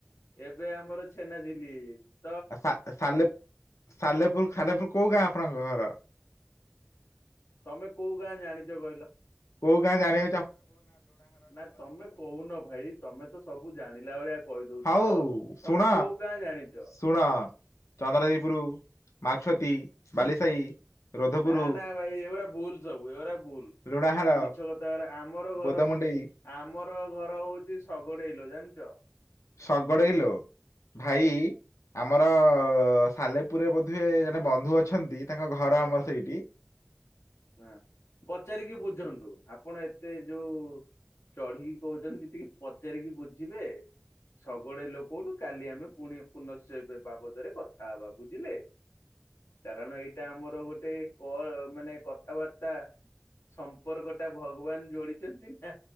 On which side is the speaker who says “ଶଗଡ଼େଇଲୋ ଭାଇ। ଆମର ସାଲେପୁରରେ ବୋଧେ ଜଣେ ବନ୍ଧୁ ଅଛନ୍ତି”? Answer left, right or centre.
Left